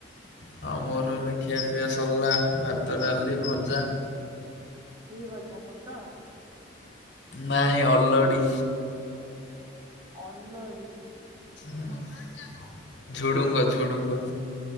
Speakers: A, on the left (about 75°); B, on the right (about 25°).
A: ହଁ ମୋର ଏଇନା ଖିଆ ପିଆ ସରିଲା ଭାତ ଡାଲି ଭଜା।
B: କି ଭଜା ପୋଟଳ?
A: ନାଇଁ ଅଲଡ଼ି।
B: ଅଲୋଡି।
A: ଅଲଡି ଟା କଣ ଝୁଡୁଙ୍ଗ ଝୁଡୁଙ୍ଗ।